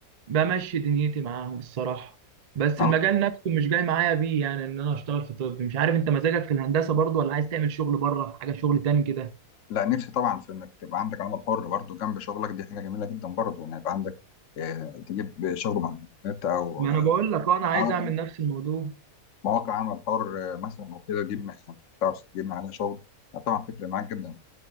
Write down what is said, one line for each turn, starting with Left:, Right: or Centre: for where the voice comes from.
Right: بمشي دنيتي معاهم الصراحه بس
Left: اه
Right: المجال نفسه مش جاي معايا بيه يعني ان انا اشتغل في طب مش عارف انت مزاجك في الهندسه برضو ولا عايز تعمل شغل بره حاجه شغل تاني كده
Left: لا نفسي طبعا في انك تبقى عندك عمل حر برضو جنب شغلك دي حاجه جميله جدا برضو ان يبقى عندك آه، تجيب شغل من الانترنت او
Right: ما
Left: اه
Right: انا بقول لك أه، انا عايز
Left: آه،
Right: اعمل نفس الموضوع
Left: مواقع عمل حر آه، مثلا او كده تجيب يعني تعرف تجيب عليها شغل آه، طبعا تفرق معاك جدا